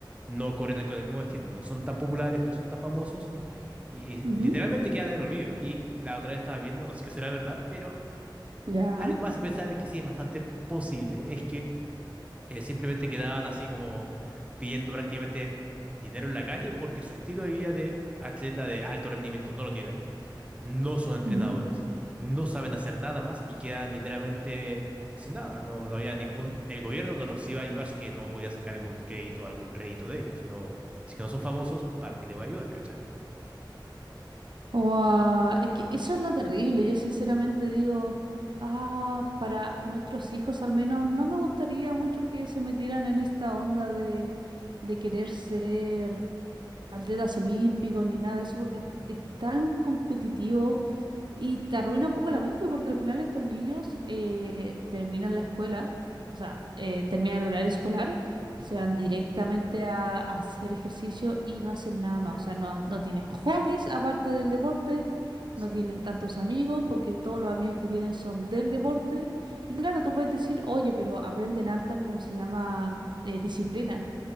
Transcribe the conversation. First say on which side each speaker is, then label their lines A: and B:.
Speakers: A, on the right; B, on the right.
A: no corren con el mismo destino, no son tan populares, no son tan famosos y
B: Ujú,
A: literalmente quedan en el olvido. Y la otra vez estaba viendo, no sé qué será verdad, pero
B: Ya.
A: algo más a pensar que sí es bastante posible es que eh, simplemente quedaban así como pidiendo prácticamente dinero en la calle porque su estilo de vida de atleta de alto rendimiento no lo tienen, no son entrenadores,
B: ujú.
A: no saben hacer nada más y quedan literalmente sin nada. No, no había ningún, el gobierno no los iba a ayudar, así que no podían sacar algún crédito, algún rédito de ellos. No, si que no son famosos, ¿para qué te voy a ayudar, cachai?
B: Guau, es que eso es lo terrible. Yo sinceramente digo, ah, para nuestros hijos al menos, no me gustaría mucho que se metieran en esta onda de, de querer ser atletas olímpicos ni nada de eso, porque
A: Ujú,
B: es, es tan competitivo. Y te arruina un poco la mente porque al final estos niños eh, terminan la escuela, o sea, eh, terminan el horario escolar,
A: ujú,
B: se van directamente a, a hacer ejercicio y no hacen nada más, o sea, no, ha- no tienen hobbies aparte del deporte,
A: Exacto.
B: no tienen tantos amigos porque todos los amigos que tienen son del deporte. Y claro, tú puedes decir, oye, pero aprenden hartas, ¿cómo se llama? eh, disciplina.